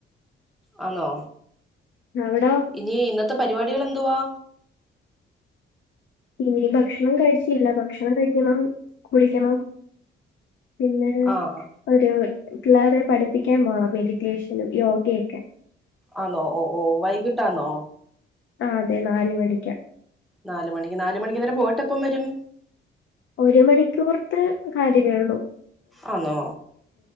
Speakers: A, in the centre; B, on the left (about 65°).
A: ഹലോ
B: അവുടെ
A: ഇനി ഇന്നത്തെ പരിവാടിക്കൾ എന്തുവാ
B: ഇനിം ഭക്ഷണം കഴിച്ചില്ല ഭക്ഷണം കഴിക്കണം കുളിക്കണം പിന്നെ.
A: ആഹ്
B: ഒരു പിള്ളേരെ പഠിപ്പിക്കാൻ പോണം മെഡിറ്റേഷനും യോഗയൊക്കെ.
A: ആന്നോ ഓ ഓ വൈകിട്ടാന്നോ.
B: ആ അതെ നാല് മണിക്ക
A: നാല് മണിക്ക് നാല് മണിക്ക് ന്നിട്ട് പോയിട്ട് എപ്പം വരും?
B: ഒരു മണിക്കൂർത്തെ കാര്യമേയൊള്ളൂ.
A: ആന്നോ